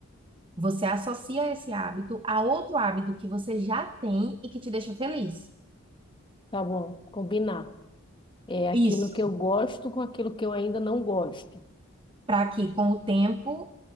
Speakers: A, on the right (about 25°); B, on the left (about 20°).
A: Você associa esse hábito a outro hábito que você já tem e que te deixa feliz.
B: Tá bom, combinar. É aquilo
A: Isso.
B: que eu gosto com aquilo que eu ainda não gosto.
A: Para que, com o tempo,